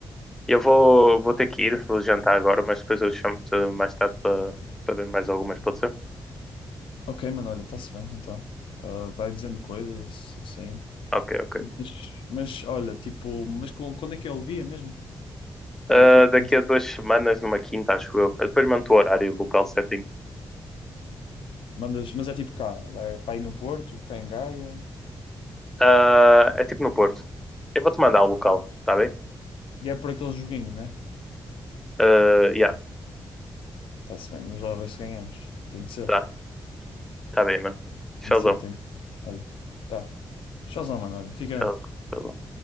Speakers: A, in the centre; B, on the left.
A: Eu vou, vou ter que ir, vou jantar agora, mas depois eu chamo-te mais tarde para para ver mais algumas, pode ser?
B: Ok, mano, olha, está-se bem, então. Ah, vai dizendo coisas, assim.
A: Ok, ok.
B: Mas, mas olha, tipo, mas com- quando é que é o dia mesmo?
A: Ah,
B: É Aqui, que
A: daqui
B: acontece?
A: a duas semanas, numa quinta, acho eu. Eu depois mando o horário e o local certinho.
B: mandas, mas é tipo cá, é para ir no Porto, cá em Gaia,
A: Ah, é tipo no Porto. Eu vou-te mandar o local, tá bem?
B: e é por aquele joguinho, né?
A: Ah, yeah,
B: Está-se bem, vamos lá ver se ganhamos. Tem de ser,
A: tá, tá bem, mano. Tchauzão,
B: tem de ser, tem de ser. Olha, tá. Tchauzão, mano, olha, fica
A: tchauzão,
B: bem.
A: tchauzão.